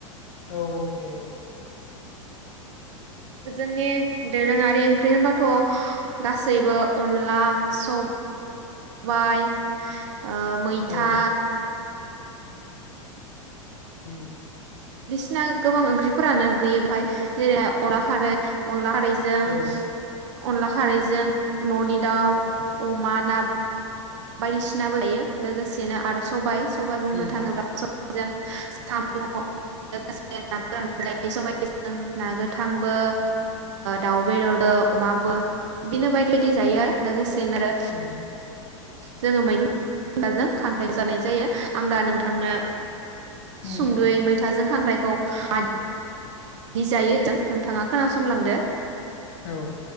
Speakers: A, on the left; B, on the right.
A: औ औ दे दे
B: जोंनि दोरोङारि ओंख्रै होनबाथ गासैबो अनला सब-बाय ओ मैथा
A: औ उम
B: बिदनो गोबां ओंख्रिफोरानो गैयो बेहाय जेरैहाय अनला खारै अनला खारै जों
A: औ
B: अनला खारैजों ननि दाउ अमा ना बायदिसिनाबो लायो लोगोसेनो आरो सबाइ सबाय बुंनो
A: उम
B: थाङोबा जों साम लोगोसे ना गोरानजों सबायजों ना गोथांबो दाउ बेदरजों अमाबो बिदिनो बायदि बायदि जायो लोगोसे <unintelligible> आरो
A: उम
B: जोङो मैथाजों खांख्राय जानाय जायो आं दा नोंथांनो
A: उम
B: सुंदयै
A: उम
B: मैथाजों खांख्राय खौ मा दि जायो जों नोंथाङा खोनासंलांदो।
A: औ